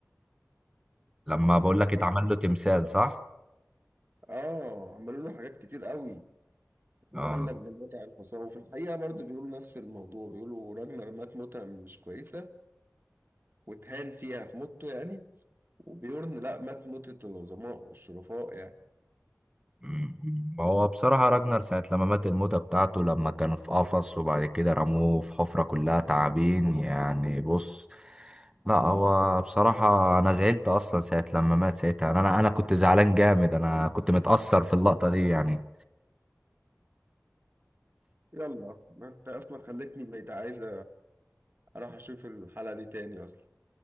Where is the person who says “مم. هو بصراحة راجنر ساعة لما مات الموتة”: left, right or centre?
Right